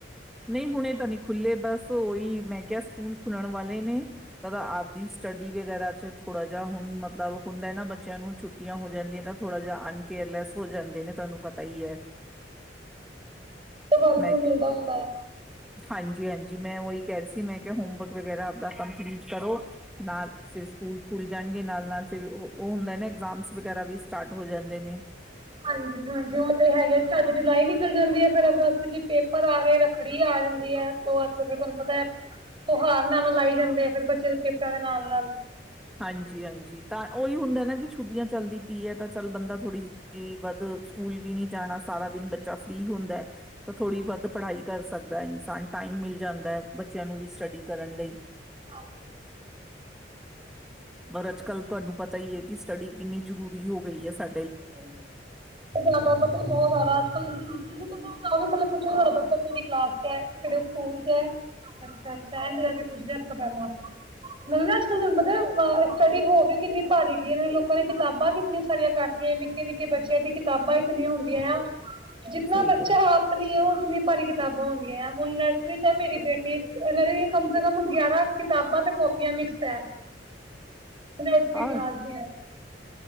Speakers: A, in the centre; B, on the right.
A: ਨਈਂ ਹੁਣੇ ਤਾ ਨੀਂ ਖੁੱਲੇ ਬਸ ਓਹੀ ਮੈਂ ਕਿਹਾ ਸਕੂਲ ਖੁਲਣ ਵਾਲੇ ਨੇ ਤਦ ਆਪਦੀ ਸਟੱਡੀ ਵਗੈਰਾ ਚ ਥੋੜਾ ਜਾ ਹੁਣ ਮਤਲਬ ਹੁੰਦਾ ਨਾ ਬੱਚਿਆਂ ਨੂੰ ਛੁੱਟੀਆਂ ਹੋ ਜਾਂਦੀਆਂ ਤਾਂ ਥੋੜਾ ਜਾ ਅਨਕੇਅਰਲੈਸ ਹੋ ਜਾਂਦੇ ਨੇ ਤਾਂ ਪਤਾ ਈ ਐ
B: ਤੇ ਵਰਕ
A: ਮੈਂ
B: ਵੀ ਮਿਲਦਾ ਹੁੰਦਾ ਆ।
A: ਹਾਂਜੀ ਹਾਂਜੀ ਮੈਂ ਉਹੀ ਕਹਿ ਰਹੀ ਸੀ ਮੈਂ ਕਿਹਾ ਹੋਮਵਰਕ ਵਗੈਰਾ ਆਪਦਾ ਕੰਪਲੀਟ ਕਰੋ। ਨਾਲ ਫਿਰ ਸਕੂਲ ਖੁੱਲ ਜਾਣਗੇ ਨਾਲ ਨਾਲ, ਫਿਰ ੳਹ ਹੁੰਦਾ ਨ ਏਗਜ਼ਾਮਸ ਵਗਰਾ ਵੀ ਸਟਾਰਟ ਹੋ ਜਾਂਦੇ ਨੇ।
B: ਹਾਂਜੀ ਹਾਂਜੀ, ਉਹ ਤੇ ਹੈਗਾ ਚੱਟ ਜੁਲਾਈ ਨਿਕਲ ਜਾਂਦੀ ਏ, ਫਿਰ ਅਗਸਤ ਚ ਪੇਪਰ ਆਗੇ, ਰੱਖੜੀ ਆ ਜਾਂਦੀ ਏ, <unintelligible> ਤੁਹਾਨੂੰ ਪਤਾ ਤੋਹਾਰ ਨਾਲ- ਨਾਲ ਆਈ ਜਾਂਦੇ ਆ ਫਿਰ ਬੱਚੇ ਦੇ ਪੇਪਰਾਂ ਦੇ ਨਾਲ ਨਾਲ
A: ਹਾਂਜੀ-ਹਾਂਜੀ, ਤਾਂ ਉਈ ਹੁੰਦਾ ਨਾ ਕਿ ਛੁੱਟੀਆਂ ਚੱਲਦੀ ਪਿਏ ਤਾਂ ਚੱਲ ਬੰਦਾ ਥੋੜ੍ਹੀ ਜਿਹੀ ਵੱਧ ਸਕੂਲ ਵੀ ਨੀ ਜਾਣਾ, ਸਾਰਾ ਦਿਨ ਬੱਚਾ ਫ੍ਰਰੀ ਹੁੰਦਾ ਤਾਂ ਥੋੜ੍ਹੀ ਵੱਧ ਪੜ੍ਹਾਈ ਕਰ ਸਕ ਇਨਸਾਨ ਟਾਈਮ ਮਿਲ ਜਾਂਦਾ, ਬੱਚਿਆਂ ਨੂੰ ਵੀ ਸਟੱਡੀ ਕਰਨ ਲਈ
B: <inaudible>
A: <unintelligible> ਕੱਲ ਤੁਹਾਨੂੰ ਪਤਾ ਈ। ਏ ਕਿ ਸਟੱਡੀ ਕਿੰਨੀ ਜ਼ਰੂਰੀ ਹੋ ਗਈ ਹੈ, ਸਾ
B: ਹਾਂ, ਜ਼ਾਦਾ ਪਤਾ ਬਹੁਤ ਜ਼ਿਆਦਾ ਅੱਜ ਕੱਲ ਪਹਿਲਾ ਪੁਛ ਤੂਵਾਡਾ ਬਚਾ ਕੇੜੀਂ ਕਲਾਸ ਚ ਏ, ਕੇੜੇਂ ਸਕੂਲ ਚ ਏ, ਅੱਛਾ ਅੱਛਾ ਏਝੰ ਕਰਕੇ ਪੁਛਦੇ <unintelligible> ਪਹਿਲਾਂ ਨਾਲੇ ਨਾ ਅੱਜ-ਕਲ ਤੁਹਾਨੂੰ ਪਤਾ ਸਟੱਡੀ ਹੋ ਵੀ ਕਿੰਨੀ ਭਾਰੀ ਗਈ ਏ, ਲੋਕਾਂ ਨੇ ਕਿਤਾਬਾਂ ਕਿਤਨੀ ਸਾਰੀਆਂ ਕਰ ਨਿੱਕੇ-ਨਿੱਕੇ ਬੱਚੇਂਆ ਦੀ ਕਿਤਾਬਾਂ ਕਿਨੀਆਂ ਹੁੰਦੀਆਂ ਆ। ਜਿਤਨਾ
A: ਸਹੀ
B: ਬੱਚਾ
A: ਗੱਲ
B: ਆਪ ਨਹੀਂ ਏ। ਉਤਨੀ ਪਾਰੀ ਕਿਤਾਬਾਂ ਹੁੰਦੀਆਂ ਐ ਹੁਨ ਨਰਸਰੀ ਚ ਏ, ਮੇਰੀ ਬੇਟੀ ਇਹਨਾਂ ਦੀ ਕਮ ਸੇ ਕਮ ਗਿਆਰਾਂ ਕਿਤਾਬਾਂ, ਤੇ ਕਾਪੀਆਂ ਮਿਕਸ ਹੈ। ਵਿੱਚ ਵੀ
A: ਹਾਂ
B: ਕਲਾਸ <unintelligible> ਹੈ